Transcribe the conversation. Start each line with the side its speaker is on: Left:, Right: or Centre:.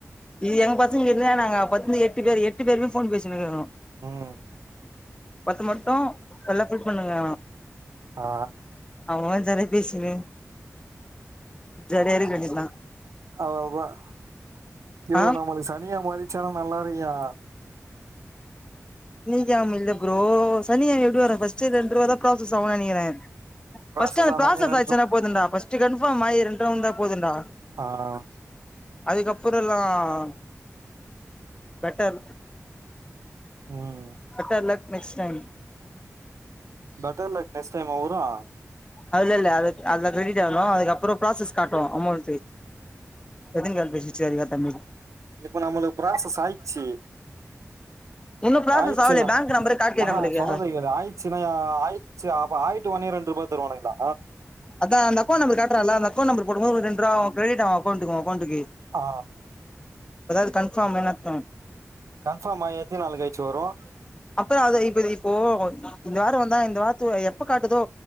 Left: இது எங்க பசங்க இருக்காங்க நாங்க எட்டு பேர் எட்டு பேருமே போன் பேசிடுயிருக்கோம்
Right: ம்
Left: பத்து மட்டும் எல்ல பண்ணுங்க
Right: ஆ
Left: அவமா ஜாலியா பேசினே ஜாலியா இருக்க வேண்டியதுதா
Right: ஆமா <unintelligible> யோ
Left: ஆ
Right: நம்ப சனியா மாது வச்சாலும் நல்லா இருக்குயா
Left: சனிக்கிழம இல்ல ப்ரோ சனிக்கிழம எப்டி வரும் ஃபர்ஸ்ட் ரெண்டு ரூபாய் தான் ப்ராசஸ் ஆகுனு நினக்கிறேன்
Right: ப்ராசஸ்
Left: ஃபர்ஸ்ட் அந்த
Right: ஆன
Left: பராஸஸ்
Right: ஒன்னே ரெண்டு
Left: ஆச்சுனா
Right: ட்ரிப்
Left: போதும்டா கம்பார்மயி ரெண்டு ருவா வந்த தான் போதுடா
Right: ஆஹ்
Left: அதுக்கப்பறம் எல்லாம் பெட்டர்
Right: ம்
Left: better luck next time
Right: better like next time அவரா
Left: அதால இல்ல அது அதுல கிரெட் ஆகணும் அதுக்கப்பறம் ப்ராசஸ் காட்டும் அமௌன்ட் எதின் கால் பேசி சேரிக தம்பி
Right: இப்போ நம்மளுக்கு ப்ராசஸ் அயிச்சு
Left: இன்னு ப்ராசஸ்
Right: ஆயச்சுனா
Left: ஆகலையே பேங்க் நம்பரே காட்டலையே
Right: ஆஹா
Left: நம்மளுக்கு
Right: சொல்லது ஆயச்சுன ஆயு அ ஆய டு ஒன்னி ரெண்டுபா தருவானுங்களா
Left: அதா அந்த அக்கவுண்டு நம்பர் காட்றாள அந்த அக்கவுண்ட் நம்பர் போடும் போது ஒரு ரெண்ருபா க்ரெடிட் ஆவு அக்கவுன்ட்டுக்கு ஓ அக்கவுன்டுக்கு
Right: ஆ
Left: அதாது கன்ஃபார்மின் அர்த்தொ
Right: கன்ஃபார்மா ஏத்தி நாளக்கழிச்சு வரு ஆ
Left: அப்புறொ அத இப்ப இப்போ இந்த வார வந்தா இந்த வாரத்து எப்ப காட்டுதோ